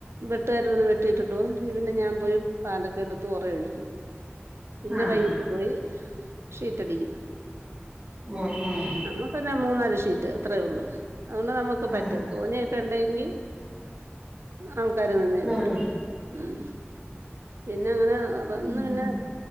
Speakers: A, on the right (about 75°); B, on the right (about 25°).
A: വെട്ടുകാർ വന്ന് വെട്ടിയിട്ടിട്ട് പോകും പിന്നെ ഞാൻ പോയി പാലൊക്കെ എടുത്ത് ഉറ ഒഴിക്കും.
B: <inaudible>
A: പിന്നെ
B: ആഹ്
A: വൈകീട്ട് പോയി ഷീറ്റടിക്കും.
B: ആഹ് ഉം ഉം
A: നമ്മ പിന്നെ മൂന്നാല് ഷീറ്റ് അത്രയേ ഉള്ളൂ. അതുകൊണ്ട് നമുക്ക്
B: ആഹ്
A: പറ്റും. തോനയൊക്കെ ഇണ്ടെങ്കിൽ. ആൾക്കാര് നിന്നേ
B: ഉം
A: പറ്റൂ മ്മ് പിന്ന അങ്ങന വന്ന്
B: ഉം
A: പിന്നെ